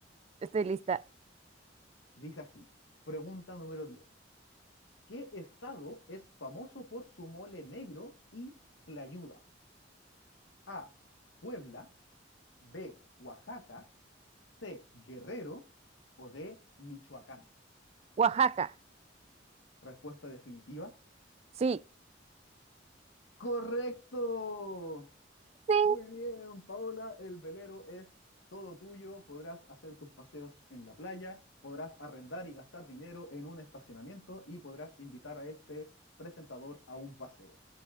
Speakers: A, on the right; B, on the left.
A: Estoy lista.
B: Dice así. Pregunta número 10. ¿Qué estado es famoso por su mole negro y tlayudas? A. Puebla. B. Oaxaca. C. Guerrero. O D. Michoacán.
A: Oaxaca.
B: Respuesta definitiva.
A: Sí.
B: ¡Correcto!
A: Sí.
B: Muy bien, Paola. El velero es todo tuyo. Podrás hacer tus paseos en la playa. Podrás arrendar y gastar dinero en un estacionamiento y podrás invitar a este presentador a un paseo.